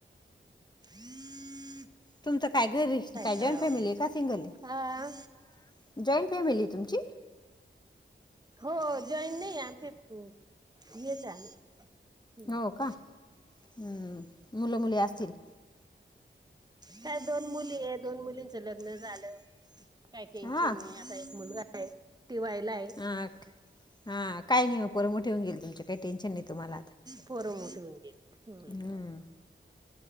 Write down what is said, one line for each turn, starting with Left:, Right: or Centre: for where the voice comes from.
Right: <inaudible>
Left: तुमचं काय घरीच? काय
Right: करावं
Left: जॉईंट फॅमिली
Right: मग.
Left: आहे का? सिंगल आहे?
Right: हा
Left: जॉईंट फॅमिली आहे तुमची?
Right: हो जॉईन नाही आमचे हेच आहे आम्ही. हम्म
Left: हो का? हम्म, मुलं मुली असतील?
Right: काय दोन मुलीये दोन मुलींचं लग्न झालं. काय टेन्शन
Left: हा
Right: नाही. आता एक मुलगा आहे, टी वाय ला हाय.
Left: हां हां काही नाही वो पोरं मोठं होऊन गेली तुमचे, काही टेन्शन नाही तुम्हाला. आता
Right: पोर मोठ होऊन गेलेत.
Left: हम्म